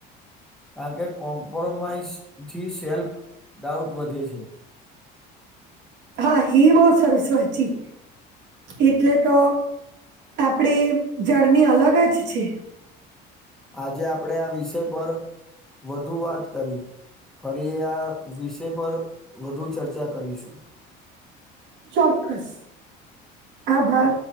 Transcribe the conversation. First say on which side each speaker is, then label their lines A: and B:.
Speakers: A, in the centre; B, on the right.
A: કારણ કે કોમ્પ્રોમાઈઝથી સેલ્ફ ડાઉટ વધે છે.
B: હા હ બહુ સરસ્વચી. એટલે તો આપડી જર્ની અલગ જ છે.
A: આજે આપણેે આ વિષય પર વધુ વાત કરી, ફરી આ વિષય પર વધુ ચર્ચા કરીશું.
B: ચોક્કસ આભાર.